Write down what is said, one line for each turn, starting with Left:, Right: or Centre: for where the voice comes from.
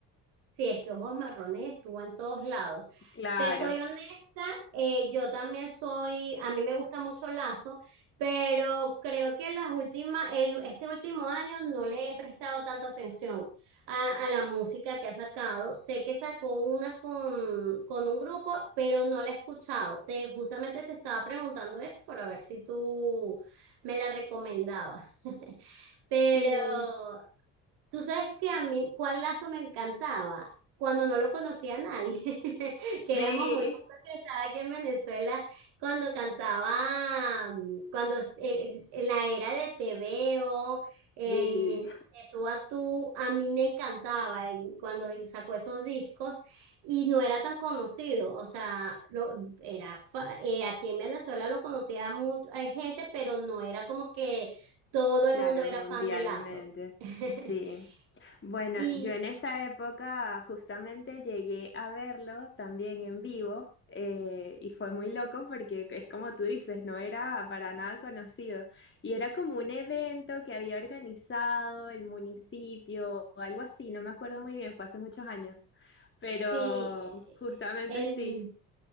Right: Sí, es que ojos marrones estuvo en todos lados.
Left: Claro,
Right: Te soy honesta, eh, yo también soy, a mí me gusta mucho Lazo, pero creo que las últimas, el- este último año no le he prestado tanta atención a, a la música que ha sacado. Sé que sacó una con, con un grupo, pero no la he escuchado. Te, justamente te estaba preguntando eso para ver si tú me la recomendabas. <laughs> Pero
Left: sí,
Right: Tú sabes que a mí, ¿cuál lazo me encantaba? Cuando no lo conocía a nadie, <laughs> que
Left: sí,
Right: éramos muy pocos que estaba aquí en Venezuela, cuando cantaba, mm, cuando eh, en la era de Te Veo, en
Left: Sí,
Right: De Tú a Tú, a mí me encantaba en- cuando sacó esos discos y no era tan conocido, o sea, lo, era fa- eh, aquí en Venezuela lo conocía mucha gente, pero no era como que todo
Left: <laughs>
Right: el
Left: claro,
Right: mundo era
Left: mundialmente.
Right: fan de Lazo. <laughs>
Left: Sí. Bueno,
Right: Y
Left: yo en esa época justamente llegué a verlo también en vivo eh, y fue muy loco porque es como tú dices, no era para nada conocido y era como un evento que había organizado el municipio o algo así, no me acuerdo muy bien, fue hace muchos años, pero
Right: sí, eh,
Left: justamente
Right: en,
Left: sí.